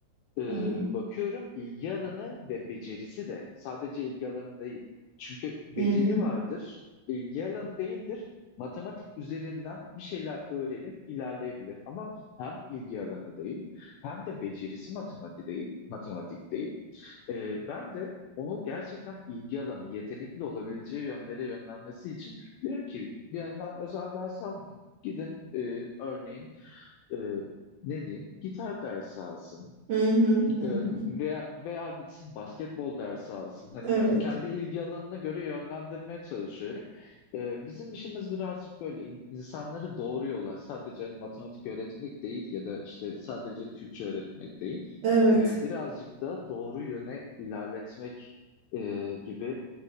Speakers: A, on the left; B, on the right.
A: Ee,
B: Hı hı.
A: bakıyorum ilgi alanı ve becerisi de sadece ilgi alanı değil. Çünkü beceri
B: Hı hı.
A: vardır, ilgi alanı değildir. Matematik üzerinden bir şeyler öğrenip ilerleyebilir ama hem ilgi alanı değil hem de becerisi matematik değil, matematik değil. Ee, ben de onu gerçekten ilgi alanı, yetenekli olabileceği yönlere yönlenmesi için diyorum ki bir yandan özel ders almayın. Gidin e, örneğin e, ne diyeyim gitar dersi alsın
B: Hı hı. Hı hı.
A: ee, veya, veya gitsin basketbol dersi alsın. Hani
B: Evet.
A: kendi ilgi alanına göre yönlendirmeye çalışıyorum. Ee, bizim işimiz birazcık böyle in- insanları doğru yola sadece hani matematik öğretmek değil ya da işte sadece Türkçe öğretmek değil.
B: Evet.
A: Ee, birazcık da doğru yöne ilerletmek e, gibi